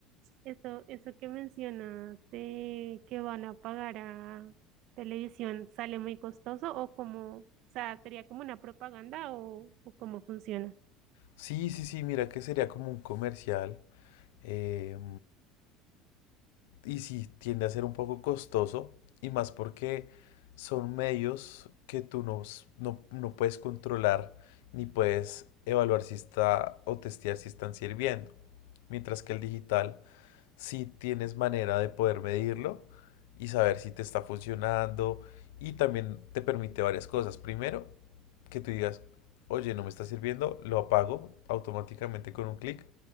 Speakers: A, on the right; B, on the left.
A: Eso, eso que mencionas de que van a pagar a televisión, ¿sale muy costoso o como, o sea, sería como una propaganda o, o cómo funciona?
B: Sí, sí, sí, mira que sería como un comercial. eh, y sí, tiende a ser un poco costoso. Y más porque son medios que tú no, s- no, no puedes controlar ni puedes evaluar si está o testear si están sirviendo. Mientras que el digital si tienes manera de poder medirlo y saber si te está funcionando. Y también te permite varias cosas. Primero, que tú digas, oye, no me está sirviendo, lo apago automáticamente con un clic